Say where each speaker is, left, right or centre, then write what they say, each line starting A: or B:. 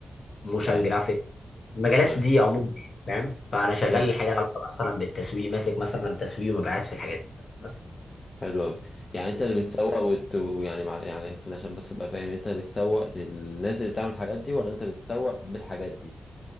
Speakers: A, on the left; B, on the left.
A: وموشن
B: ايوه
A: جرافيك المجالات
B: ايوه
A: دي عموما يعني، فاهم فأنا شغال
B: جامد
A: الحاجة لها علاقة مثلا بالتسويق ماسك مثلا تسويق ومبيعات في الحاجات دي بس
B: حلو قوي يعني انت اللي بتسوق وت... يعني مع... يعني خلينا عشان بس ابقى فاهم انت بتسوق للناس اللي بتعمل الحاجات دي ولا انت بتسوق بالحاجات دي